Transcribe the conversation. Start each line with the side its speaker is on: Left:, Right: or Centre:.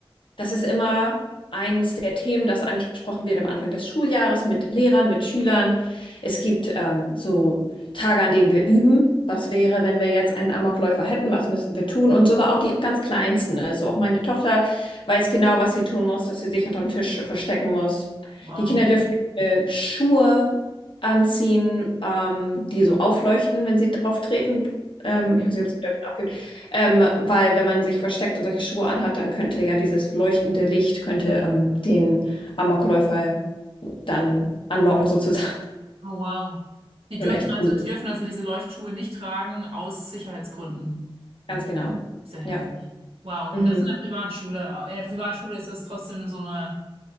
Left: Das ist immer eines der Themen, das angesprochen wird am Anfang des Schuljahres mit Lehrern, mit Schülern. Es gibt ähm, so Tage, an denen wir üben. Was wäre, wenn wir jetzt einen Amokläufer hätten? Was müssten wir tun? Und sogar auch die ganz Kleinsten. Also auch meine Tochter weiß genau, was sie tun muss, dass sie sich unterm Tisch verstecken muss.
Right: Wow.
Left: Die Kinder dürfen äh, Schuhe anziehen, ähm, die so aufleuchten, wenn sie drauf treten. Ähm,
Right: Mhm.
Left: ich weiß nicht, ob sie die dürfen abgibt. Ähm, weil wenn man sich versteckt und solche Schuhe anhat, dann könnte ja dieses leuchtende Licht könnte ähm, den Amokläufer dann anlocken sozusagen.
Right: Oh, wow.
Left: <laughs>
Right: Die dürfen
Left: Schon echt gruselig.
Right: also, die dürfen also diese Leuchtschuhe nicht tragen aus Sicherheitsgründen.
Left: Ganz genau.
Right: Ist ja heftig.
Left: Ja.
Right: Wow.
Left: Mhm.
Right: Und das in der Privatschule. In der Privatschule ist das trotzdem so eine,